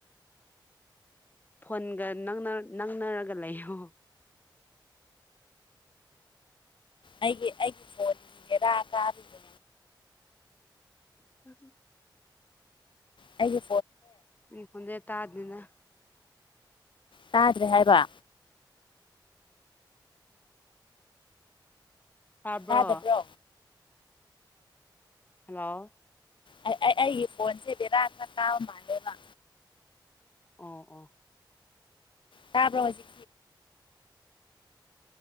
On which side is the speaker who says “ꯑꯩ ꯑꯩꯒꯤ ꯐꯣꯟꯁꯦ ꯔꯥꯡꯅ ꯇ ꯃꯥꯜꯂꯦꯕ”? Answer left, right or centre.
Left